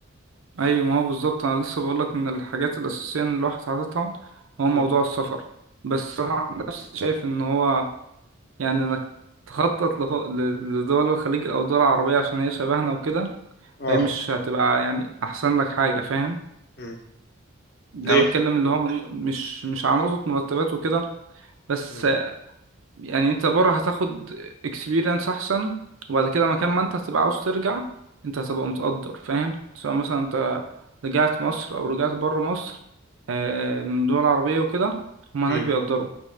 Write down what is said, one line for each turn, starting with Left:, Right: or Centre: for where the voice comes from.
Right: ايوه ما هو بالظبط انا لسه بقول لك من الحاجات الاساسيه ان الواحد حاططها هو موضوع
Left: مم.
Right: السفر بس انا عن نفسي شايف ان هو يعني
Left: مم.
Right: انك تخطط لخ- ل- لدول الخليج او دول عربيه عشان هي شبهنا وكده
Left: آه
Right: فهي مش هتبقى يعني احسن لك حاجه فاهم
Left: مم.
Right: يعني
Left: ليه
Right: بتكلم اللي هو من مش مش على نقطه مرتبات وكده بس
Left: مم.
Right: يعني انت بره هتاخد اكسبيرينس احسن وبعد كده مكان ما انت هتبقى عاوز ترجع انت هتبقى متقدر فاهم سواء مثلا انت رجعت مصر او رجعت بره مصر آه، من دول عربية وكده هما
Left: مم.
Right: هناك بيقدروا